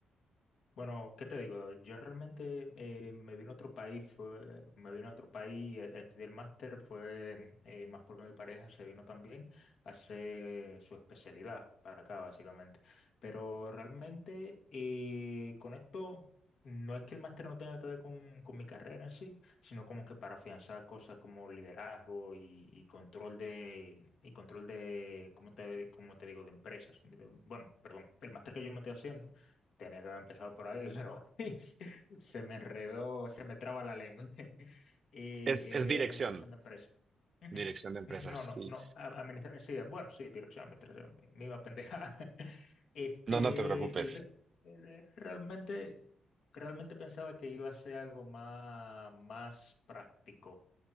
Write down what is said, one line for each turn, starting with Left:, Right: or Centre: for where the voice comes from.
Left: Bueno, ¿qué te digo, David? Yo realmente eh, me vine a otro país, fue, me vine a otro país a, a estudiar el máster, fue eh, más porque mi pareja se vino también a hacer su especialidad para acá, básicamente. Pero realmente eh, con esto no es que el máster no tenga que ver con, con mi carrera en sí, sino como que para afianzar cosas como liderazgo y, y control de, y control de, ¿cómo te, cómo te digo?, de empresas. Bueno, perdón, el máster que yo me estoy haciendo Tenía que haber empezado por ahí, pero <laughs> se me enredó, se me traba la lengua. <laughs> Y, y
Right: Es, es
Left: de
Right: dirección,
Left: administración de empresas. Ujú.
Right: dirección de empresas,
Left: No,
Right: sí.
Left: no, no. Administración, sí, bueno, sí, dirección, administración. Me me iba a pendejar. <laughs> Este,
Right: No, no te preocupes.
Left: y re- re- realmente, realmente pensaba que iba a ser algo más, más práctico.